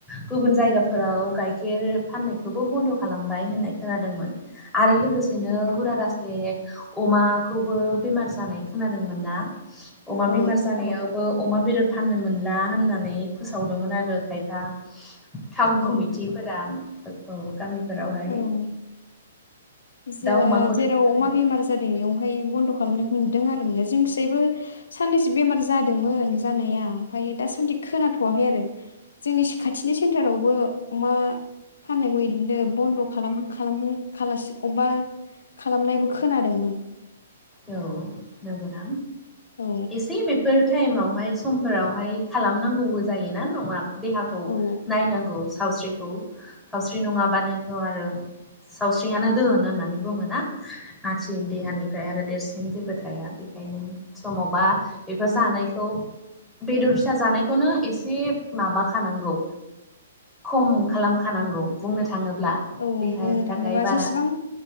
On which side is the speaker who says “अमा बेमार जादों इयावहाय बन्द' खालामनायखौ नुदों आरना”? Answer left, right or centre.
Left